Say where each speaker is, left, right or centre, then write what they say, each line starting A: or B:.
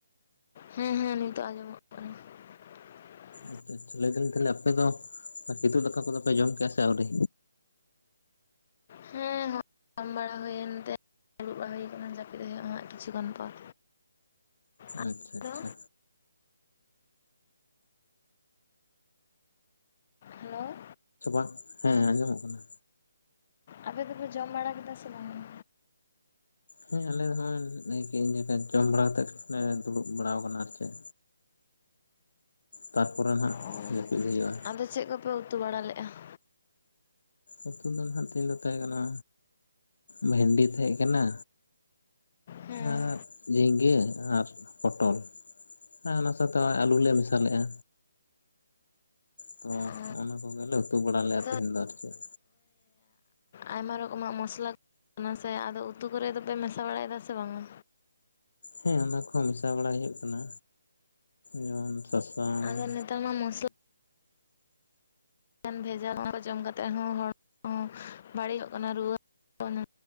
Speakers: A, on the left; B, on the left.
A: ᱦᱮᱸ ᱦᱮᱸ ᱱᱤᱛ ᱟᱸᱡᱚᱢᱚᱜ <unintelligible>
B: ᱟᱪᱪᱷᱟ ᱟᱪᱪᱷᱟ ᱞᱟᱹᱭ ᱫᱟᱞᱤᱧ ᱛᱟᱦᱚᱞᱮ ᱟᱯᱮ ᱫᱚ ᱠᱤᱫᱩᱵ ᱫᱟᱠᱟ ᱠᱚᱫᱚᱯᱮ ᱡᱚᱢ ᱠᱮᱜᱼᱟ ᱥᱮ ᱟᱹᱣᱨᱤ᱾
A: ᱦᱮ ᱦᱚᱢ ᱵᱟᱲᱟ ᱦᱩᱭᱮᱱ ᱛᱮ᱾ ᱫᱩᱲᱩᱵ ᱵᱟᱲᱟ ᱦᱩᱭ ᱠᱟᱱᱟ ᱡᱟᱹᱯᱤᱫ ᱦᱩᱭᱩᱜᱼᱟ ᱦᱟᱸᱜ ᱠᱤᱪᱷᱩ ᱜᱟᱱ ᱯᱚᱨ᱾ ᱟᱫᱚ
B: ᱟᱪᱪᱷᱟ ᱟᱪᱪᱷᱟ᱾
A: ᱦᱮᱞᱳ,
B: <unintelligible> ᱦᱮᱸ ᱟᱸᱡᱚᱢᱚᱜ ᱠᱟᱱᱟ᱾
A: ᱟᱯᱮ ᱫᱚᱯᱮ ᱡᱚᱢ ᱵᱟᱲᱟ ᱠᱮᱫᱟ ᱥᱮ ᱵᱟᱝᱟ?
B: ᱦᱮᱸ ᱟᱞᱮ ᱫᱚ ᱞᱟᱹᱭ ᱠᱮᱫᱮᱜᱟᱹᱧ ᱡᱮ ᱡᱚᱢ ᱵᱟᱲᱟ ᱠᱟᱛᱮᱫ ᱞᱮ ᱫᱩᱲᱩᱵ ᱵᱟᱲᱟ ᱟᱠᱟᱱᱟ ᱟᱨ ᱪᱮᱫ᱾ ᱛᱟᱨᱯᱚᱨᱮ ᱦᱟᱸᱜ
A: ᱚ
B: ᱡᱟᱹᱯᱤᱫ ᱦᱩᱭᱩᱜᱼᱟ᱾
A: ᱟᱫᱚ ᱪᱮᱫ ᱠᱚᱯᱮ ᱩᱛᱩ ᱵᱟᱲᱟ ᱞᱮᱜᱼᱟ ᱾
B: ᱩᱛᱩ ᱫᱚ ᱱᱟᱦᱜ ᱛᱮᱦᱮᱧ ᱫᱚ ᱛᱟᱦᱮᱸ ᱠᱟᱱᱟ ᱵᱷᱮᱱᱰᱤ ᱛᱟᱦᱮᱸ ᱠᱟᱱᱟ᱾
A: ᱦᱮᱸ
B: ᱟᱨ ᱡᱷᱤᱸᱜᱟᱹ ᱟᱨ ᱯᱚᱴᱚᱞ ᱟᱨ ᱚᱱᱟ ᱥᱟᱶᱛᱮ ᱟᱹᱞᱩ ᱞᱮ ᱢᱮᱥᱟ ᱞᱮᱜᱼᱟ᱾ ᱛᱚ
A: ᱚ
B: ᱦᱚᱜᱼᱚ ᱱᱟ ᱠᱚᱜᱮᱞᱮ ᱩᱛᱩ ᱵᱟᱲᱟᱞᱮᱜᱼᱟ
A: ᱟᱫᱚ
B: ᱛᱮᱦᱮᱧ ᱫᱚ ᱟᱨ ᱪᱮᱫ᱾
A: ᱟᱭᱢᱟ ᱨᱚᱠᱚᱢᱟᱜ ᱢᱚᱥᱞᱟ <unintelligible> ᱥᱮ ᱟᱫᱚ ᱩᱛᱩ ᱠᱚᱨᱮ ᱫᱚᱯᱮ ᱢᱮᱥᱟ ᱵᱟᱲᱟᱭᱮᱫᱟ ᱥᱮ ᱵᱟᱝᱟ?
B: ᱦᱮᱸ ᱚᱱᱟ ᱠᱚᱦᱚᱸ ᱢᱮᱥᱟ ᱵᱟᱲᱟ ᱦᱩᱭᱩᱜ ᱠᱟᱱᱟ ᱡᱮᱢᱚᱱ ᱥᱟᱥᱟᱝ
A: ᱟᱫᱚ ᱱᱮᱛᱟᱨ ᱢᱟ ᱢᱚᱥᱞ ᱮᱠᱮᱱ ᱵᱷᱮᱡᱟ ᱚᱱᱟ ᱠᱚ ᱡᱚᱢ ᱠᱟᱛᱮ ᱦᱚᱸ ᱦᱚᱲ ᱵᱟᱹᱲᱤᱡᱚᱜ ᱠᱟᱱᱟ ᱨᱩᱣᱟᱹ <unintelligible>